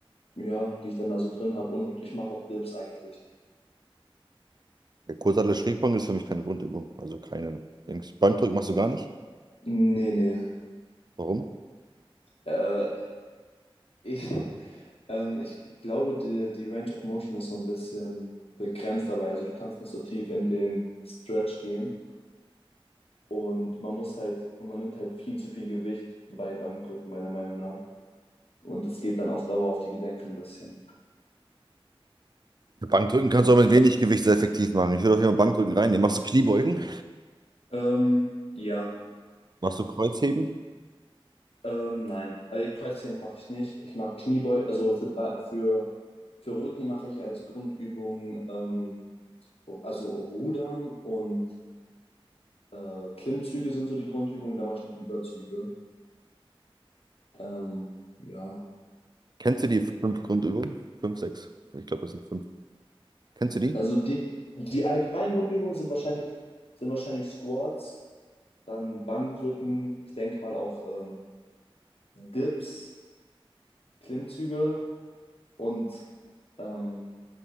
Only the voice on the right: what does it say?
Der Kurzhantel Schrägbank ist für mich keine Grundübung, also keine Dings. Bankdrücken machst du gar nicht.
Warum?
Ja, Bankdrücken kannst du auch mit wenig Gewicht sehr effektiv machen. Ich würde auf jeden Fall Bankdrücken reinnehmen. Machst du Kniebeugen?
Machst du Kreuzheben?
Kennst du die fünf Grundübungen? Fünf, sechs. Ich glaube, das sind fünf. Kennst du die?